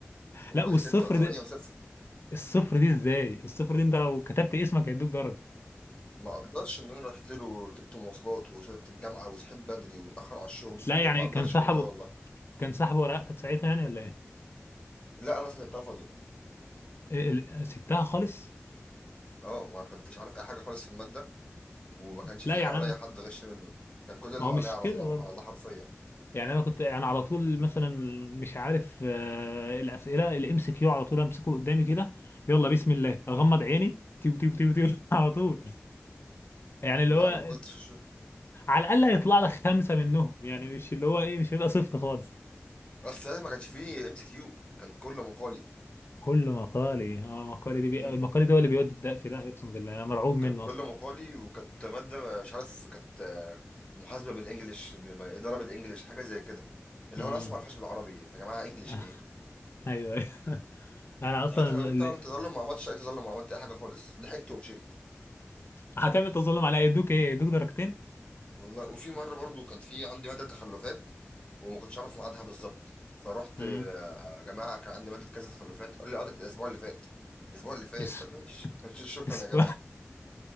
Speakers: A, on the left; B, on the left.
A: والله
B: لا والصفر
A: 6 و8
B: ده
A: و0
B: الصفر دي ازاي الصفر دي انت لو كتبت اسمك هيدوك درجه
A: ما اقدرش ان انا رحت له وركبت مواصلات وصلت الجامعه وصحيت بدري واتاخر على الشغل
B: لا
A: ما
B: يعني
A: اقدرش
B: كان سحبه
A: كل ده والله
B: كان سحبه ورقتك ساعتها يعني ولا ايه
A: لا انا سلمتها فاضيه
B: إيه- ال- سبتها خالص
A: اه ما كنتش عارف اي حاجه خالص في الماده وما كانش
B: لا
A: في حواليا
B: يعني انا
A: حد غش منه كان كل اللي
B: ما
A: حواليا
B: هو مش
A: على
B: كده
A: الله
B: برضه
A: على الله حرفيا
B: يعني انا كنت انا على طول مثلا مش عارف آه، الاسئله اللي امسك كيو على طول امسكه قدامي كده يلا بسم الله اغمض عيني تيو تيو تيو تيو <laughs> على طول يعني اللي
A: لا
B: هو
A: انا ما كنتش في الشغل
B: على الاقل هيطلع لك خمسه منهم يعني مش اللي هو ايه مش هيبقى صفر خالص
A: بس ساعتها ما كانش فيه ام سي كيو كان كله مقالي
B: كل مقالي اه مقالي دي بي...
A: امم
B: المقالي ده هو اللي بيودي الدق في ده اقسم بالله انا مرعوب منه
A: كان كله
B: اصلا
A: مقالي وكانت ماده مش عارف كانت آه، محاسبه بالانجلش م- م- اداره بالانجلش حاجه زي كده اللي
B: امم
A: هو انا اصلا ما اعرفهاش بالعربي يا جماعه انجلش
B: <laughs>
A: ايه
B: ايوه أيوة. انا
A: ساعتها
B: اصلا اللي...
A: قلت اعمل تظلم ما عملتش اي تظلم ولا عملت اي حاجه خالص ضحكت ومشيت
B: هتعمل تظلم عليا يدوك ايه يدوك درجتين
A: والله وفي مره برضو كان في عندي ماده تخلفات وما كنتش اعرف ميعادها بالظبط فرحت
B: امم
A: آه، يا جماعه كان عندي ماده كذا تخلفات قال لي اه ده كانت الاسبوع اللي فات الاسبوع اللي فات
B: اسف
A: طب ماشي <laughs> شكرا
B: اسف
A: يا جماعه